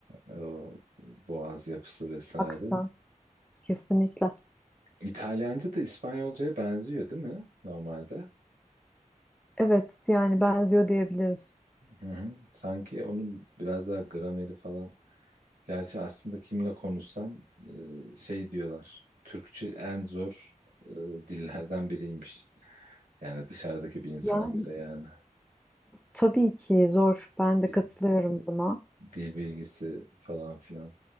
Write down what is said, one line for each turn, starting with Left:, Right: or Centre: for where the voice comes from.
Right: o boğaz yapısı vesaire.
Centre: Aksan. Kesinlikle.
Right: İtalyanca da İspanyolcaya benziyor değil mi normalde?
Centre: Evet yani benziyor diyebiliriz.
Right: Hı hı. Sanki onun biraz daha grameri falan Gerçi aslında kimle konuşsam e, şey diyorlar. Türkçe en zor e, dillerden biriymiş. Yani dışarıdaki bir insana
Centre: ya
Right: göre yani
Centre: tabii ki zor. Ben
Right: Di-
Centre: de katılıyorum buna.
Right: dil bilgisi falan filan.